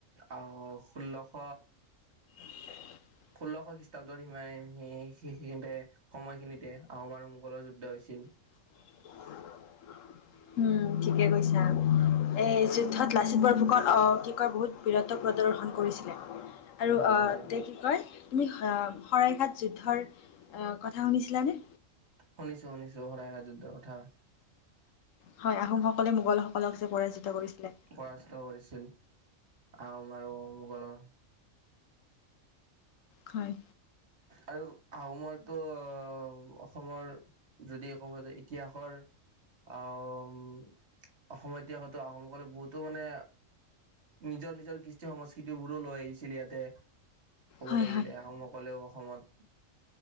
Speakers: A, on the right; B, on the left.
A: আহ ষোল্লশ
B: <unintelligible>
A: ষোল্লশ খ্ৰীষ্টাব্দৰ সীমাই স সেইতে সময়খিনিতে আহোম আৰু মোগলৰ যুদ্ধ হৈছিল
B: <inaudible> উম ঠিকে কৈছা এ যুদ্ধত লাচিত বৰ আহ কি কয় বহুত বীৰত্ব প্ৰদৰ্শন কৰিছিলে আৰু
A: হয়
B: আহ
A: হয়
B: তেওঁ কি কয় তুমি শৰাইঘাট যুদ্ধৰ কথা শুনিছিলানে
A: শুনিছো শুনিছো শৰাইঘাটৰ যুদ্ধৰ কথা
B: হয় আহোমসকলে মোগলসকলক পৰাজিত কৰিছিলে
A: পৰাস্ত কৰিছিল। আহোম আৰু মোগলৰ
B: হয়
A: আৰু আহোমৰটো অসমৰ যদি ক'ব যায় ইতিহাসৰ আহ অসমত ইতিহাসততো আহোমকলক বহুতো মানে নিজৰ নিজৰ কৃষ্টি সংস্কৃতিবোৰো লৈ আহিছিল ইয়াতে ক'ব
B: হয়
A: লাগিলে
B: হয়
A: আহোমসকলেও অসমত